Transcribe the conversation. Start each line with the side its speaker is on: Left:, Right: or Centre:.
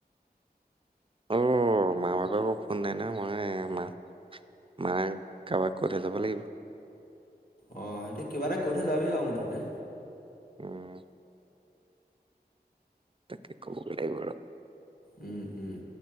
Right: অ, ম, বাকেকো ফোন নাই ন, মই মা মায় কাৰোবাক কৈ থৈ যাব লাগিব।
Left: অ, সেইটোয়া কিবা এটা কৈ থৈ যাবি আৰু মুঠতে।
Right: উম। তাকে ক'বগৈ লাগিব আৰু।
Left: উম, উম।